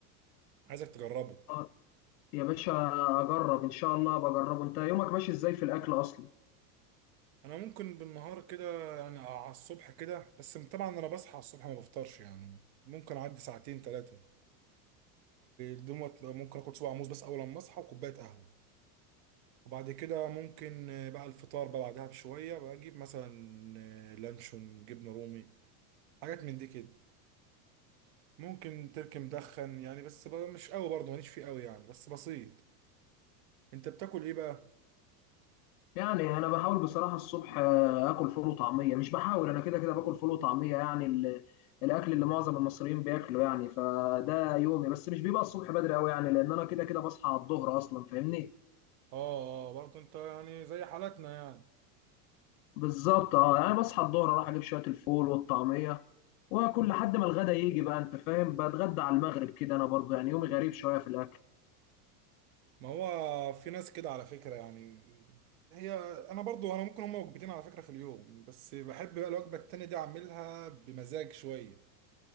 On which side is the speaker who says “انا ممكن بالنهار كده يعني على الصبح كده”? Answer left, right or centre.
Right